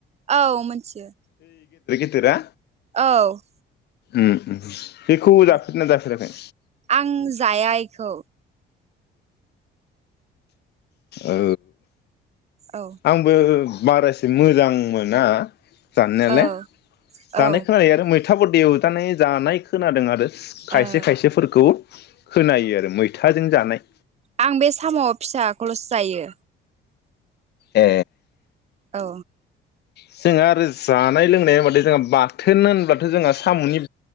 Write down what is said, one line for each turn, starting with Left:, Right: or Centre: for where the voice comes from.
Right: औ मोनथियो।
Left: दोरा
Right: औ।
Left: उम बेखौ
Right: औ
Left: जाफेरना जाफेराखै?
Right: आं जाया इखौ
Left: ओ
Right: औ
Left: आंबो बारासे मोजां मोना जानायालाय
Right: औ
Left: जानाय
Right: औ
Left: खोनानाय आरो मैथ थाफोरदो एवजानाय जानाय खोनादों आरो खायसे
Right: औ
Left: खायसेफोरखौ खोनायो आरो मैथाजों जानाय
Right: आं बे साम' फिसाखौल'सो जायो
Left: ए
Right: औ
Left: जोंहा आरो जानाय लोंनाय होनबथाय जोंहा बाथोन होनब्लाथ' जोंहा साम'नि